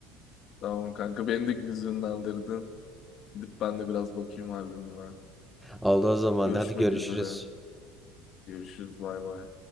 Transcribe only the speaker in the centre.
Oldu o zaman.
Hadi görüşürüz.